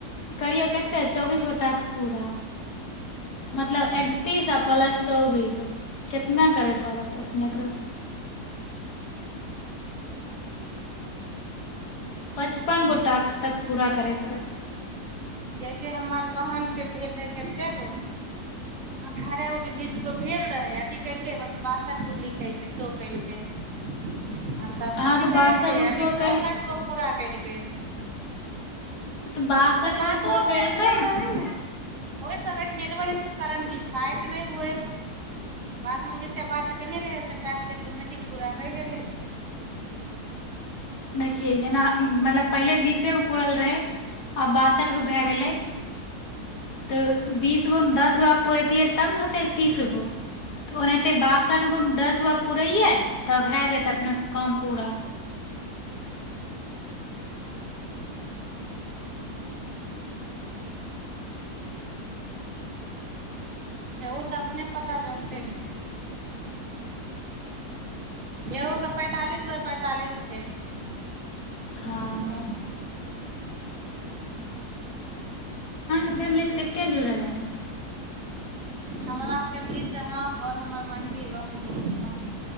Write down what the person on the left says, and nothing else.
करियौ कतेक चौबीस गो टास्क पूरा मतलब एकतीस आ प्लस चौबीस केतना करय पड़त अपनेके पचपन गो टास्क तक पूरा करय पड़त
अहाँ
तऽ
बासठ
गो
शो कैल
तऽ बासठि
गो स
कलकै
ने
देखियै जेना मतलब पहिले बीसे गो पूुरल रहै आ बासठ गो भए गेलै तऽ बीस गोमे दस गो पुरैतियैए तब ने होेतै तीस गो तऽ ओनाहिते बासठि गोमे दस गो पुरैयै तब भए जायतै अपने काम पूरा
हँ
फैमिली सबके के जुड़ल हन